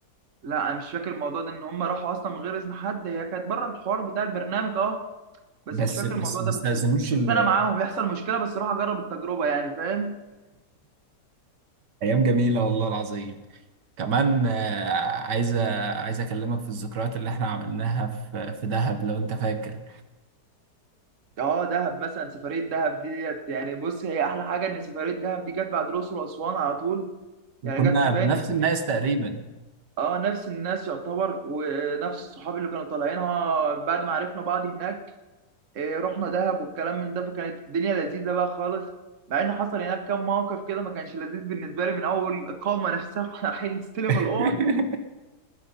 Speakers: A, on the right; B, on the right.
A: لا انا مش فاكر الموضوع ده ان هم راحوا اصلا من غير اذن حد هي كانت بره الحوار بتاع البرنامج اه بس
B: بس
A: مش فاكر
B: بس
A: الموضوع
B: ما
A: ده
B: استأذنوش
A: بس بس
B: ال-
A: انا معاهم يحصل مشكله بس راح اجرب التجربه يعني فاهم
B: أيام جميلة والله العظيم كمان آه، عايز عايز اكلمك في الذكريات اللي احنا عملناها في في دهب لو انت فاكر
A: اه دهب مثلا سفريه دهب دي ديت يعني بص هي احلى حاجه ان سفريه دهب دي جت بعد الاقصر واسوان على طول يعني
B: وكنا
A: جت في باين
B: بنفس
A: في
B: الناس تقريبا
A: اه نفس الناس يعتبر ونفس الصحاب اللي كانوا طالعينها بعد ما عرفنا بعض هناك إيه، رحنا دهب والكلام من ده فكانت الدنيا لذيذه بقى خالص مع ان حصل هناك كام موقف كده ما كانش لذيذ بالنسبه لي من اول الاقامه نفسها <laughs> واحنا رايحين نستلم
B: <laughs>
A: الاوض